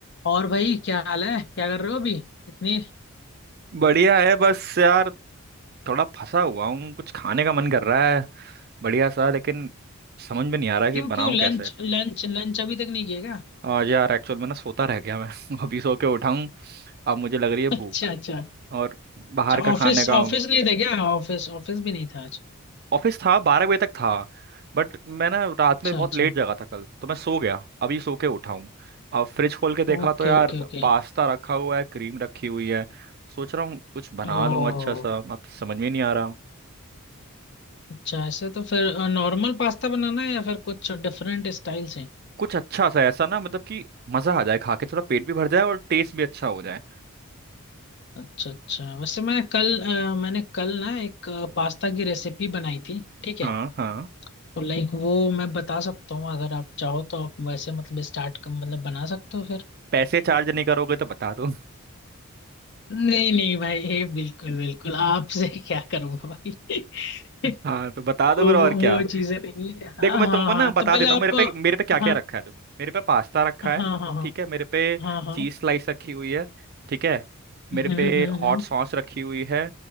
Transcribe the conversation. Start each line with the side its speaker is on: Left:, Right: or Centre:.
Left: और भाई क्या हाल है क्या कर रहे हो अभी इतनी
Right: बढ़िया है बस यार थोड़ा फंसा हुआ हूँ कुछ खाने का मन कर रहा है बढ़िया सा लेकिन समझ में नहीं आ रहा कि
Left: क्यों
Right: बनाऊँ
Left: क्यों लंच
Right: कैसे
Left: लंच लंच अभी तक नहीं किया क्या
Right: आज यार एक्चुअल में ना सोता रह गया मैं <laughs> अभी सो के उठा हूँ अब मुझे लग रही है
Left: <laughs> अच्छा
Right: भूख
Left: अच्छा
Right: और बाहर
Left: अच्छा
Right: का
Left: ऑफिस
Right: खाने का
Left: ऑफिस नहीं था क्या ऑफिस ऑफिस भी नहीं था आज
Right: ऑफिस था बारह बजे तक था बट मैं ना रात
Left: अच्छा
Right: में बहुत
Left: अच्छा
Right: लेट जगा था कल तो मैं सो गया अभी सो के उठा हूँ अब फ्रिज खोल के देखा
Left: Okay
Right: तो यार
Left: okay okay
Right: पास्ता रखा हुआ है क्रीम रखी हुई है सोच रहा हूँ कुछ बना
Left: ओ
Right: लूँ अच्छा सा अब समझ में नहीं आ रहा
Left: अच्छा ऐसे तो फिर नॉर्मल पास्ता बनाना है या फिर कुछ डिफरेंट स्टाइल से
Right: कुछ अच्छा सा ऐसा ना मतलब कि मजा आ जाए खा के थोड़ा पेट भी भर जाए और टेस्ट भी अच्छा हो जाए
Left: अच्छा अच्छा वैसे मैं कल अ, मैंने कल ना एक पास्ता की रेसिपी बनाई थी ठीक
Right: हाँ
Left: है
Right: हाँ
Left: तो लाइक वो मैं बता सकता हूँ अगर आप चाहो तो आप वैसे मतलब स्टार्ट मतलब बना सकते हो फिर
Right: पैसे चार्ज नहीं करोगे तो बता दो <laughs>
Left: नहीं नहीं भाई बिल्कुल बिल्कुल आपसे <laughs> क्या करूंगा भाई <laughs>
Right: हाँ तो बता
Left: वो
Right: दो फिर और क्या
Left: वो चीजें नहीं है
Right: देखो
Left: हाँ
Right: मैं
Left: हाँ
Right: तुमको ना
Left: हाँ,
Right: बता
Left: तो पहले
Right: देता हूँ
Left: आप
Right: मेरे पे मेरे पे क्या क्या
Left: हाँ
Right: रखा है देखो मेरे पे पास्ता रखा
Left: हाँ
Right: है
Left: हाँ हाँ
Right: ठीक है मेरे पे
Left: हाँ हाँ
Right: चीज स्लाइस रखी हुई है ठीक है मेरे
Left: हम्म
Right: पे
Left: हम्म
Right: हॉट
Left: हम्म
Right: सॉस रखी हुई है